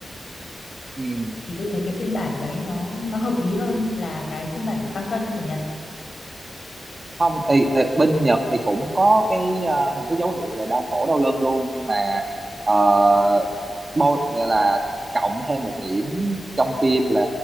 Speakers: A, on the right (about 35°); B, on the left (about 60°).
A: ừ.
B: thì tôi thấy cái phiên bản đấy nó nó hợp lý hơn là cái phiên bản tăng cân của Nhật
A: không ý, ý, bên Nhật thì cũng có cái ờ, những cái dấu hiệu về đau cổ đau lưng luôn nhưng mà uh, bo gọi là cộng thêm một điểm trong phim là